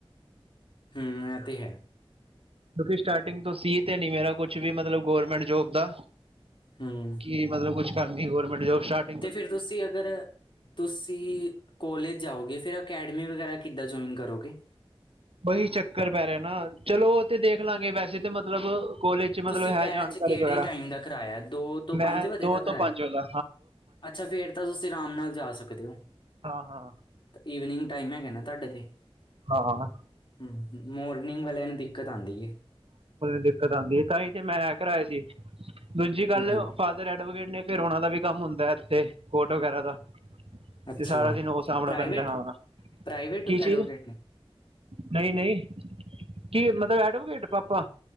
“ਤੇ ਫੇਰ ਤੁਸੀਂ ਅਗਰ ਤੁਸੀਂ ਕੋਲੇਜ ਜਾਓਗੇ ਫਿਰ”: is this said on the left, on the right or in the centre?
Left